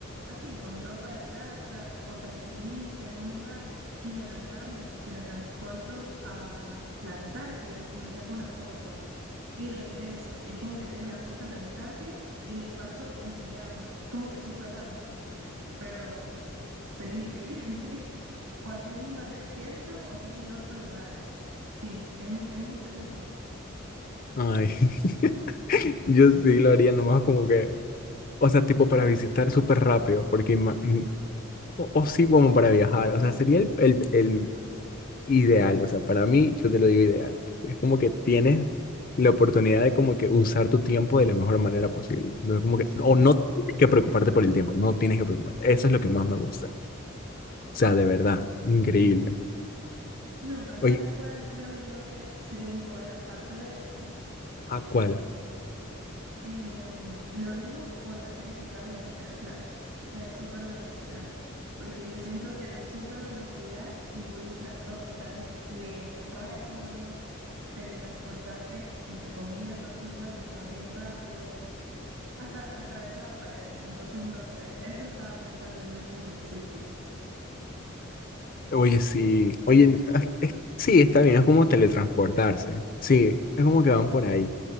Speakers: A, on the right (about 80°); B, on the left (about 45°).
A: así con ropa de casa o tranquilita en un lugar y de la nada me teletransporto a la Antártida y me saco una foto y regreso. Y es como que tengo la foto en la Antártida y de paso en pijama. Es como que súper random, pero sería increíble. <laughs> O así mismo al desierto o qué sé yo, a otro lugar. Así, en un, en un segundo.
B: Ay, <laughs> yo sí lo haría nomás como que, o sea, tipo para visitar súper rápido, porque, ima- mm, o, o sí como para viajar, o sea, sería el, el, el ideal, o sea, para mí yo te lo digo ideal, es como que tienes la oportunidad de como que usar tu tiempo de la mejor manera posible, no es como que,
A: Sí.
B: o no tienes que preocuparte por el tiempo, no tienes que preocuparte, eso es lo que más me gusta, o sea, de verdad, increíble.
A: No, pero ¿sabes
B: Oye,
A: cuál creo yo que sería un poder aparte de ese?
B: ¿a cuál?
A: Em, lo digo por la serie que estaba viendo, que era Flash, la de super velocidad, porque yo siento que la super velocidad involucra todo, o sea, desde leer rápido, teletransportarte, entre comillas, a otro lugar porque vas bien rápido, hasta atravesar paredes, entonces no sé, eso estaba pensando yo en un principio.
B: Oye, sí. Oye, ah, es- sí, está bien. Es como teletransportarse. Sí, es como que van por ahí.